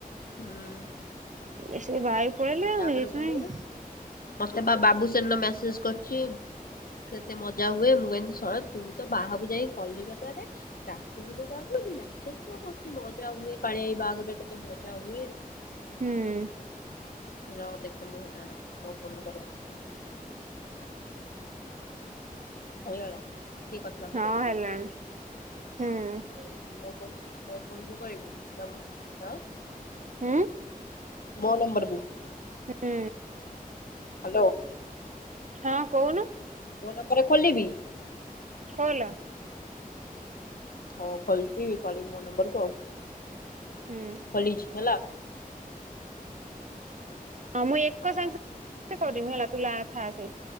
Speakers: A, on the left (about 70°); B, on the right (about 55°).
A: ହୁଁ।
B: ଏ ସେ ଭାଇ। ପଳେଇଲେ
A: ତାପରେ
B: ସେଇଥିପାଇଁ
A: କଣ କହିଲୁ ମତେ ବା ବାବୁସେନ ମେସେଜ କରିଚି। କେତେ ମଜା ହୁଏ ମୁଁ କହିିନି ଶ ତୁ ତ ବାହାଘକୁ ଯାଇ କଲିକତାରେ। ରାତି ଗୁଲକ ଆଗ ମେସେଜ କଣ କରୁଛୁ ମଜା ହୁଏ କାଳିଆଇ ବାହାଘରରେ କେତେ ମଜା ହୁଏ।
B: ହୁଁ।
A: ରହ ଦେଖେ ମୁଁ ହେଲାନ ମୋ ଫୋନରୁ କରିମି। ହେଇଗଲା। କିଏ କରିଥିଲା ମୁଁ
B: ହଁ
A: କରିଥିଲି
B: ହେଲାଣି
A: ନା
B: ହୁଁ।
A: ମୋ ଫୋନ୍ ମୋ ଫୋନ ରୁ କରିବୁ ଆଁ।
B: ହୁଁ
A: ମୋ ନମ୍ବରକୁୁ।
B: ହୁଁ।
A: ହାଲୋ।
B: ହଁ କହୁନୁ।
A: ମୋ ନମ୍ବର ଖୋଲିବି।
B: ଖୋଲ।
A: ହଁ ଖୋଲଛି କରିବୁ ମୋ ନମ୍ବର କୁ ଆଉ
B: ହୁଁ
A: ଖୋଲିଛି ହେଲା।
B: ହଁ ମୁଁ ଏକ ସାଙ୍ଗ ସାଙ୍ଗ କରିମି ହେଲା ତୁ ଲା ଥା ସେଇ।